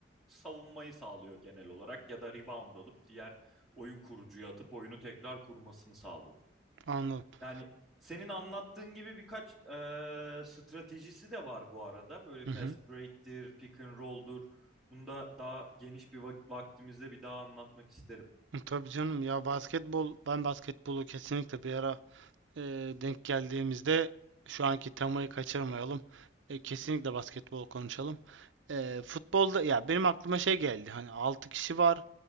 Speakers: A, in the centre; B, on the right (about 75°).
A: Savunmayı sağlıyor genel olarak ya da rebound alıp diğer oyun kurucuya atıp oyunu tekrar kurmasını sağlıyor.
B: Anladım.
A: Yani senin anlattığın gibi birkaç eee, stratejisi de var bu arada. Böyle
B: Hı
A: fast
B: hı.
A: break'tir, pick and roll'dur. Bunu da daha geniş bir vak- vaktimizde bir daha anlatmak isterim.
B: Tabii canım ya basketbol ben basketbolu kesinlikle bir ara e, denk geldiğimizde şu anki temayı kaçırmayalım. E, kesinlikle basketbol konuşalım. E, futbolda ya benim aklıma şey geldi. Hani 6 kişi var.